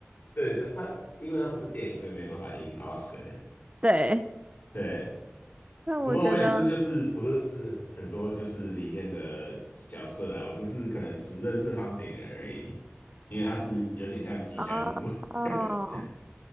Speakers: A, on the left; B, on the right.
A: 对对他，因为他不是电影，所以没办法赢 Oscar。
B: 对，
A: 对，
B: 那我觉得
A: 不过我也是，就是不认识很多，就是里面的角色啊，我就是可能只认识 h u m d i n g 而已，因为他是有点像吉祥物。
B: 哦
A: <laughs>
B: 哦。